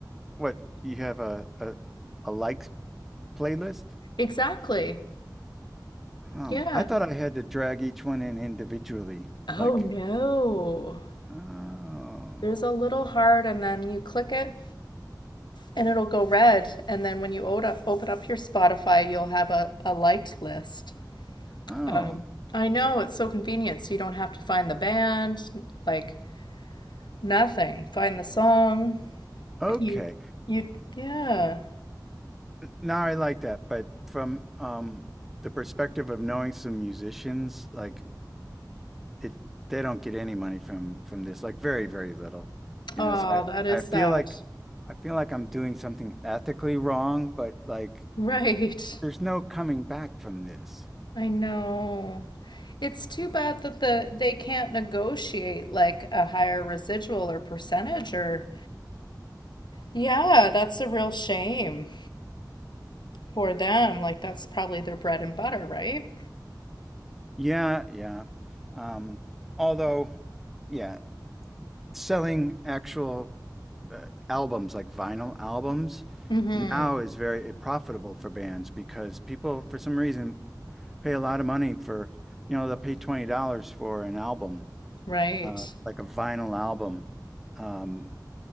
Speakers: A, in the centre; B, on the left.
A: what, you have a, a, a like playlist?
B: Exactly.
A: Oh,
B: Yeah.
A: I thought I had to drag each one in individually.
B: Oh
A: Like,
B: no.
A: oh,
B: There's a little heart and then you click it and it'll go red and then when you o- open up your Spotify, you'll have a, a liked list.
A: oh,
B: Um, I know it's so convenient so you don't have to find the band like Nothing. Find the song.
A: okay.
B: You, you, yeah.
A: Now I like that, but from um the perspective of knowing some musicians, like it they don't get any money from from this, like very, very little. You
B: Oh,
A: know, so I
B: that is
A: I feel
B: sad.
A: like I feel like I'm doing something ethically wrong, but like
B: Right.
A: there's no coming back from this.
B: I know. It's too bad that the they can't negotiate like a higher residual or percentage or yeah, that's a real shame for them. Like that's probably their bread and butter, right?
A: Yeah, yeah. Um, although, yeah, selling actual uh, albums like vinyl albums
B: Mm-hmm.
A: now is very eh, profitable for bands because people, for some reason, pay a lot of money for, you know, they'll pay $20 for an album
B: Right.
A: uh, like a vinyl album um,